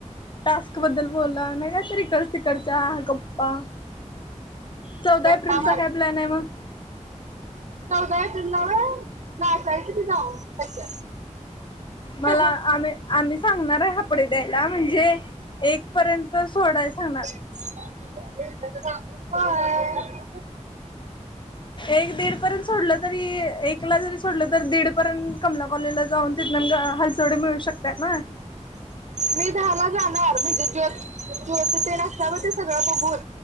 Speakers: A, on the left; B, on the right.
A: टास्कं बद्दल बोला, नाही तर इकडच्या-तिकडच्या हा गप्पा चौदा
B: गप्पा
A: एप्रिलचा काय प्लॅन आहे मग.
B: सगळं जणींवे नाचायचं <unintelligible>
A: मला
B: होय
A: आम्ही-आम्ही सांगणार आहे हफ कपडे द्यायला म्हणजे, एक पर्यंत सोडाय सांगणार.
B: होय.
A: एक दीड पर्यंत सोडलं तरी, एकला जरी तरी दीडपर्यंत कमला कॉलेजला जाऊन तिथंन हलचवडी मिळू शकत. त्या ना
B: मी दहाला जाणार, म्हणजे ज्योत-ज्योत ते नसतं ब ते सगळं बघून